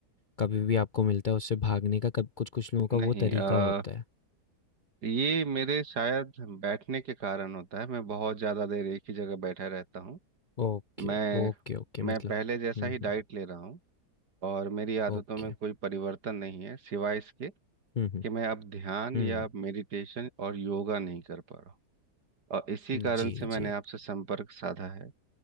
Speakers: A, on the left (about 55°); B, on the right (about 80°).
A: कभी भी आपको मिलता है उससे भागने का कभी कुछ कुछ लोगों का
B: नहीं
A: वो तरीका
B: आ,
A: होता है
B: ये मेरे शायद बैठने के कारण होता है मैं बहुत ज़्यादा देर एक ही जगह बैठा रहता हूँ
A: Okay
B: मैं
A: okay okay मतलब
B: मैं पहले जैसा
A: हम्म
B: ही डाइट
A: हम्म
B: ले रहा हूँ और मेरी आदतों
A: ओके
B: में कोई परिवर्तन नहीं है सिवाय इसके
A: हम्म हम्म
B: कि मैं अब ध्यान
A: हम्म
B: या मेडिटेशन और योगा नहीं कर पा रहा हूँ और इसी कारण
A: जी
B: से मैंने
A: जी
B: आपसे संपर्क साधा है